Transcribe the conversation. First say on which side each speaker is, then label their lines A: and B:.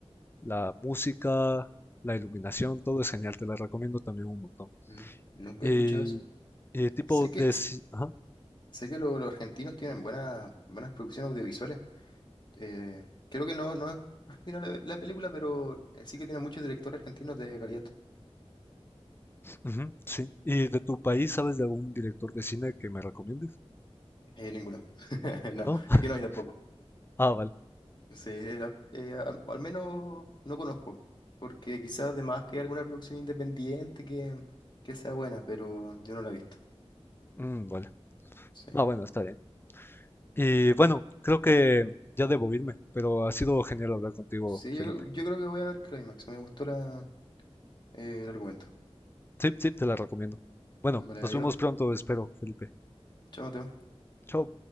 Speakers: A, on the left; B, on the left.
A: la música, la iluminación, todo es genial, te la recomiendo también un montón.
B: Mm, Nunca
A: Y,
B: he escuchado eso.
A: y tipo
B: Sé que,
A: de...
B: s-
A: ci- Ajá,
B: sé que lo- los argentinos tienen buenas, buenas producciones audiovisuales. Eh, creo que no, no es argentina la, la película, pero eh, sí que tienen muchos directores argentinos de calidad.
A: ujú, sí. ¿Y de tu país sabes de algún director de cine que me recomiendes?
B: Eh, ninguno. <laughs> No,
A: ¿No? <laughs>
B: es que no hay tampoco.
A: Ah, vale.
B: Sí, era- eh, al o al menos no conozco, porque quizás además que hay alguna producción independiente que, que sea buena, pero yo no la he visto.
A: Mm, vale.
B: Sí.
A: Ah, bueno, está bien. Y bueno, creo que ya debo irme, pero ha sido genial hablar contigo,
B: Sí,
A: Felipe.
B: yo, creo- yo creo que voy a ver Climax, me gustó la, eh, el argumento.
A: Sí, sí, te la recomiendo. Bueno,
B: Vale,
A: nos
B: adiós.
A: vemos pronto, espero, Felipe.
B: Chao, Mateo.
A: Chao.